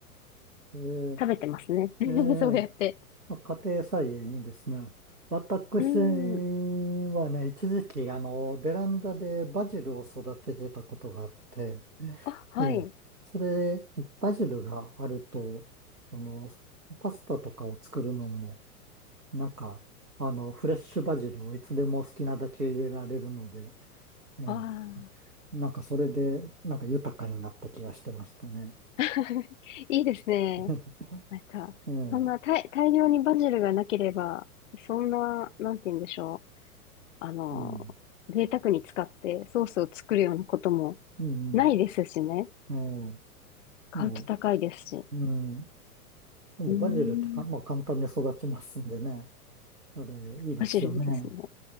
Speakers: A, on the right; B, on the left.
A: え
B: 食べてますね。<laughs>
A: え、ええ、
B: そうやって。
A: まあ家庭菜園いいですね。私はね、
B: うん。
A: 一時期、あの、ベランダでバジルを育ててたことがあって、
B: あ、はい。
A: ええ、それ、バジルがあると、その、パスタとかを作るのも、なんか、あの、フレッシュバジルをいつでも好きなだけ入れられるので、ええ、
B: ああ。
A: なんかそれで、なんか豊かになった気がしてましたね。
B: <laughs> いいですね。
A: <laughs>
B: なんか、
A: ええ、
B: そんな大、大量にバジルがなければ、そんな、なんて言うんでしょう。あの、
A: うん、
B: 贅沢に使ってソースを作るようなことも
A: うん、
B: ないですしね。
A: うんええ、
B: 買うと高いですし。
A: もう、うん。でもバジルってか、
B: うーん、
A: まあ、簡単に育ちますんでね。あれ、いいですよね。
B: バジルいいですね。